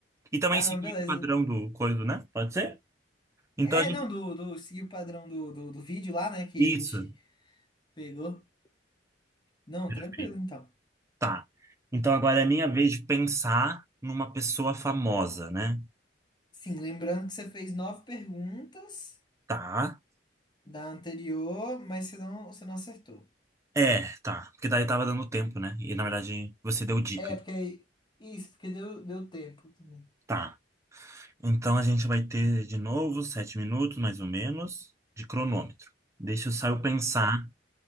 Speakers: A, on the right; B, on the left.
A: E também
B: Ah,
A: seguir
B: não, beleza.
A: o padrão do coisa, né? Pode ser? Então
B: É,
A: a gente
B: não, do, do seguir o padrão do, do, do vídeo lá, né, que
A: isso,
B: a gente pegou. Não,
A: perfeito.
B: tranquilo, então.
A: Tá. Então agora é minha vez de pensar numa pessoa famosa, né?
B: Sim, lembrando que você fez nove perguntas
A: Tá.
B: da anterior, mas você não, você não acertou.
A: É, tá. Porque daí tava dando tempo, né? E na verdade você deu dica.
B: É, porque. aí. Isso, porque deu, deu tempo também.
A: Tá. Então a gente vai ter de novo sete minutos, mais ou menos, de cronômetro. Deixa eu só eu pensar